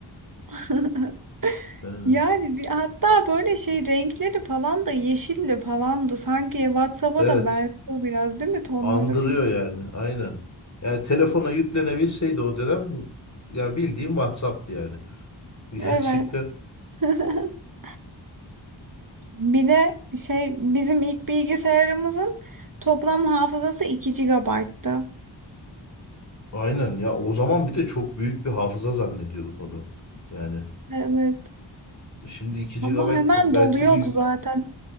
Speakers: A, on the right; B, on the left.
A: <laughs>
B: Yani,
A: Yani bir, hatta böyle şey renkleri falan da yeşilli falan da sanki WhatsApp'a
B: evet.
A: da benziyor biraz değil mi tonları
B: Andırıyor
A: falan.
B: yani. Aynen. Yani telefona yüklenebilseydi o dönem ya bildiğim WhatsApp'tı yani. <laughs> Gerçekten.
A: Evet. <laughs> Bir de şey bizim ilk bilgisayarımızın toplam hafızası iki GB'tı.
B: Aynen ya o zaman bir de çok büyük bir hafıza zannediyorduk onu. Yani
A: Evet.
B: şimdi 2 gigabayt
A: Ama hemen
B: belki
A: doluyordu
B: bir
A: zaten.